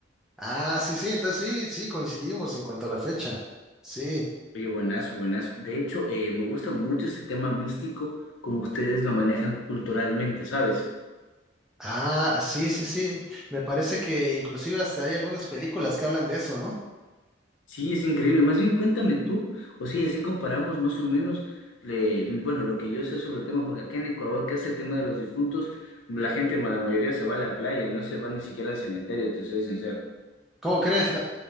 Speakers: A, in the centre; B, on the left.
A: Ah, sí, sí, entonces sí, sí, coincidimos en cuanto a la fecha. Sí.
B: Oye, buenazo, buenazo. De hecho, eh, me gusta mucho este tema místico, como ustedes lo manejan culturalmente, ¿sabes?
A: Ah, sí, sí, sí. Me parece que inclusive hasta hay algunas películas que hablan de eso, ¿no?
B: Sí, es increíble. Más bien, cuéntame tú, o sea, y así comparamos más o menos, le- bueno, lo que yo sé sobre el tema, porque acá en Ecuador, que hace el tema de los difuntos, la gente, ma- la mayoría se va a la playa, no se va ni siquiera al cementerio, te soy sincero.
A: ¿Cómo crees?